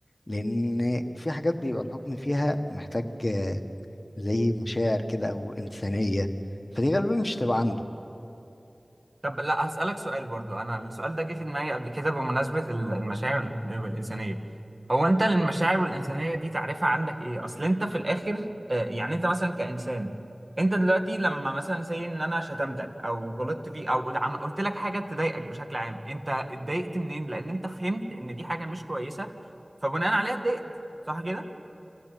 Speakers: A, on the left (about 45°); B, on the right (about 40°).
A: لان في حاجات بيبقى الحكم فيها محتاج زي مشاعر كده او انسانيه فدي غالبا مش تبقى عنده
B: طب لا هسألك سؤال برضو أنا السؤال ده جه في دماغي قبل كده بمناسبة ال- المشاعر وال- والإنسانية هو أنت المشاعر والإنسانية دي تعريفها عندك إيه؟ أصل أنت في الآخر آه، يعني أنت مثلا كإنسان أنت دلوقتي لما مثلا سي إن أنا شتمتك أو غلطت فيك أو قل- عم- قلت لك حاجة تضايقك بشكل عام أنت اتضايقت منين؟ لأن أنت فهمت إن دي حاجة مش كويسة فبناء عليها اتضايقت صح كده؟